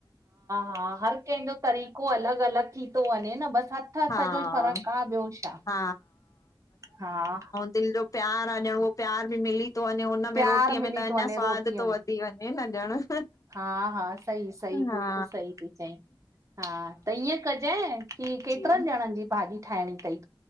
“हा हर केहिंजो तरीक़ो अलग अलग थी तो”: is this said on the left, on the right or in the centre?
Right